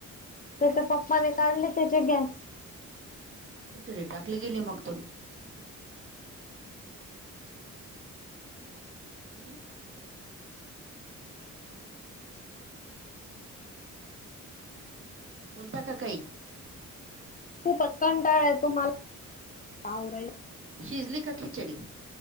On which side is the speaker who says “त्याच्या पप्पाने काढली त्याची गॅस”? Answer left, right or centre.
Left